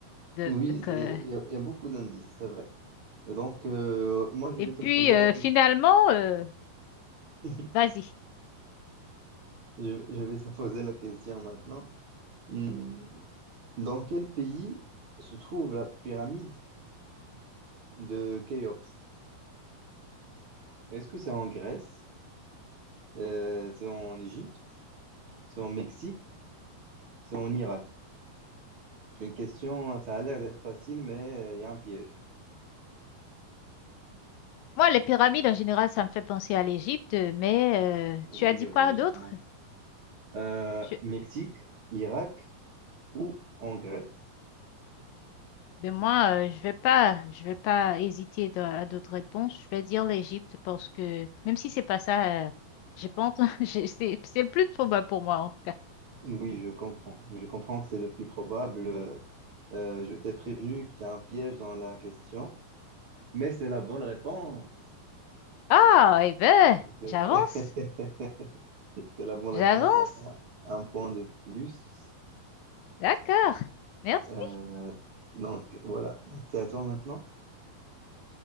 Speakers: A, on the left; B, on the right.
A: Donc,
B: oui, c'est-
A: euh,
B: il y, a il y a beaucoup d'indices, c'est vrai. Et Donc, euh, moi, je
A: et
B: vais
A: puis
B: te poser
A: euh,
B: la question.
A: finalement, euh,
B: <laughs>
A: vas-y.
B: Je, je vais te poser la question maintenant. Mm, Dans quel pays se trouve la pyramide de Khéops? Est-ce que c'est en Grèce? Euh, c'est en Égypte? C'est en Mexique? C'est en Irak? J'ai une question, hein, ça a l'air d'être facile, mais euh, il y a un piège.
A: Moi, les pyramides en général, ça me fait penser à l'Égypte, mais euh,
B: Oui,
A: tu as dit
B: logiquement.
A: quoi d'autre?
B: Euh,
A: Tu...
B: Mexique, Irak ou en Grèce?
A: Ben moi, euh, je vais pas, je vais pas hésiter dans- à d'autres réponses. Je vais dire l'Égypte parce que même si c'est pas ça, euh, j'ai pas entendu. <laughs> j'ai- C'est c'est le plus probable pour moi en tout cas.
B: Oui, je comprends. Je comprends que c'est le plus probable. Euh, euh, je t'ai prévenu qu'il y a un piège dans la question, mais c'est la bonne réponse.
A: Ah, eh ben,
B: C'est
A: j'avance,
B: <laughs> c'est la bonne
A: j'avance.
B: réponse, donc un, un point de plus.
A: D'accord. Merci.
B: Euh, donc voilà, donc c'est à toi maintenant.